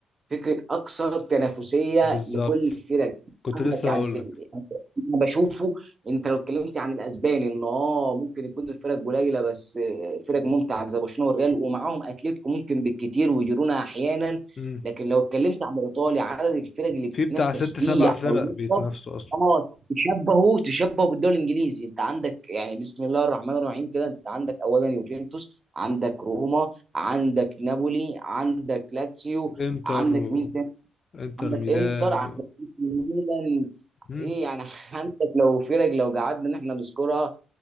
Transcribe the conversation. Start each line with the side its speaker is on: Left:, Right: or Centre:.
Right: فكره اكثر تنافسيه
Left: بالظبط
Right: لكل الفرق
Left: كنت
Right: عندك
Left: لسه
Right: يعني
Left: هقول
Right: في
Left: لك
Right: ال- يعني انا بشوفه انت لو اتكلمت عن الاسباني ان اه ممكن يكون الفرق قليله بس آه، فرق ممتعه زي برشلونه والريال ومعاهم اتلتيكو ممكن بالكتير وجيرونا احيانا
Left: امم
Right: لكن لو اتكلمت عن الايطالي عدد الفرق اللي بتتنافس
Left: في بتاع ست
Right: فيه
Left: سبع فرق
Right: على اللقب
Left: بيتنافسوا اصلا
Right: اه تشبهه تشبهه بالدوري الانجليزي انت عندك يعني بسم الله الرحمن الرحيم كده انت عندك اولا يوفنتوس عندك روما عندك نابولي عندك لاتسيو
Left: انتر
Right: عندك
Left: و
Right: مين تاني
Left: انتر
Right: عندك
Left: ميلان
Right: انتر عندك
Left: و...
Right: ميلان
Left: مم.
Right: ايه يعني <laughs> عندك لو فرق لو قعدنا ان احنا نذكرها